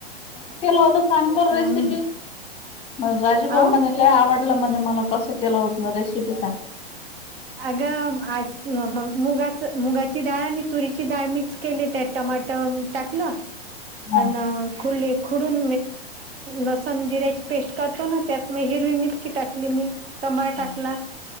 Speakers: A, on the left; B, on the right.
A: केलं होत सांग बर
B: अम,
A: रेसिपी म राजीबाऊ
B: अहो
A: म्ह आवडलं म्हज मला कसं केलं रेसिपी सांग
B: ह् अगं आज मग मुगाच मुगाची डाळ आणि तुरीची डाळ मिक्स केली त्या टमाट टाकलं
A: हा
B: खु खुडून लसण जिऱ्याची पेस्ट करतो ना त्यात मग हिरवी मिरची टाकली मी सांबार टाकला
A: हा.